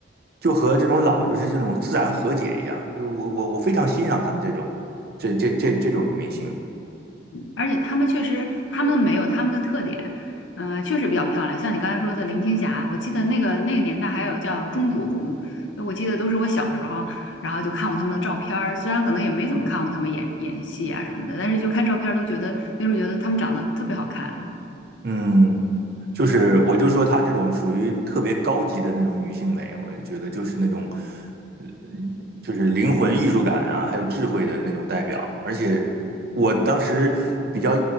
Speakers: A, on the right (about 50°); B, on the left (about 75°).
A: 就和这种老，就是这种自然和解一样，就我我我非常欣赏他们这种这这这这种女明星，
B: 而且他们确实，他们没有他们的特点，嗯，确实比较漂亮。像你刚才说的林青霞，我记得那个那个年代还有叫钟楚红，我记得都是我小时候，然后就看过他们的照片儿，虽然可能也没怎么看过他们演演戏啊什么的，但是就看照片儿都觉得那时候觉得他们长得特别好看。
A: 嗯，就是我就说她这种属于特别高级的那种女性美，我就觉得就是那种，嗯，就是灵魂艺术感啊，还有智慧的那种代表。而且我当时比较